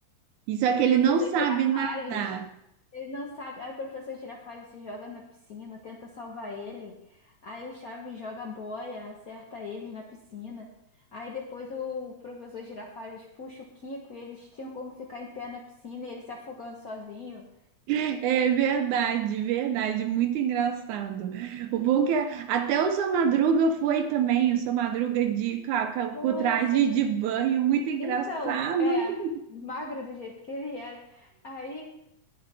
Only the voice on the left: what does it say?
E
o
professor
Girafales,
ele não sabe. Aí o professor Girafales se joga na piscina, tenta salvar ele. Aí o Chaves joga a boia, acerta eles na piscina. Aí depois o professor Girafales puxa o Kiko e eles tinham como ficar em pé na piscina e ele se afogando sozinho.
Foi,
sim.
Então, é, magro do jeito que ele era. Aí.